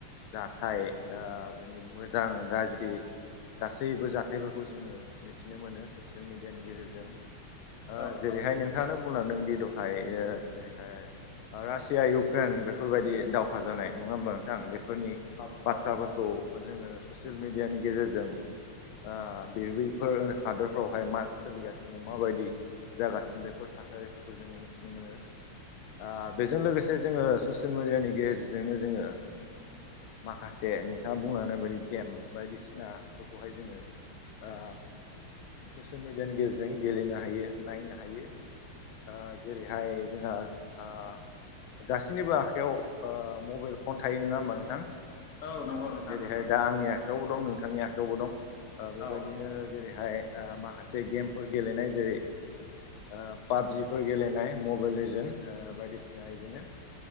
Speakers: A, on the left (about 75°); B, on the left (about 85°).
A: जाथाय ओ बेनि मोजां गाज्रि गासैबो जाथायफोरखौ जोङो मिथिनो मोनो ससियेल मिडियानि गेजेरजों ओ
B: औ
A: जेरैहाय नोंथाङानो बुंलांदोंदि दहाय ओ जेरैहाय ओ रासिया इउक्रेन बेफोरबायदि दावहा जानाय नङा होमबा नोंथां बे फोरनि
B: औ
A: बाथ्राफोरखौ जोङो ससियेल मेडियानि गेजेरजों ओ बे बैफोर हादरफ्रावहाय मा सोलिगासिनो माबादि जागासिनो बेफोर थासारिफोरखौ जोङो मिथिनो मोनो आ बेजों लोगोसे जोङो ससियेल मिडियानि गेजेरजोंनो जोङो माखासे नोंथाङा बुंलनाय बायदि गेम बायदिसिना फोरखौहाय जोङो ओ ससियेल मिडियानि गेजेरजों गेलेनो हायो नायनो हायो ओ जेरैहाय जोंहा ओ गासैनिबो आखायाव ओ मबाइल फन थायो नङा होमबा नोंथां?
B: औ नंगौ
A: ओ
B: नोंथां
A: जेरैहाय
B: नंगौ
A: दा आंनि आखायावबो दं नोंथांनि आखायावबो दं ओ बेबायदिनो
B: औ
A: जेरै हाय ओ माखासे गेमफोर गेलेनाय जेरै ओ पाबजिफोर गेलेनाय मबाइल लिजेन ओ बायदिसिना इदिनो